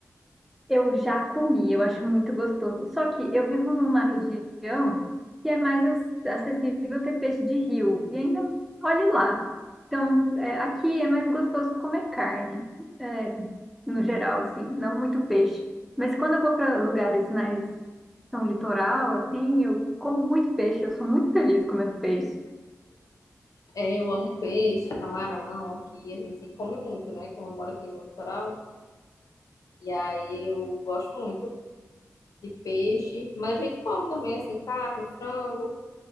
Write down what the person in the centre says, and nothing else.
Eu já comi, eu acho muito gostoso. Só que eu vivo numa região que é mais ac- acessível ter peixe de rio. E ainda, olhe lá. Então, é, aqui é mais gostoso comer carne, é, no geral, assim, não muito peixe. Mas quando eu vou para lugares mais são litoral, assim, eu como muito peixe, eu sou muito feliz comendo peixe.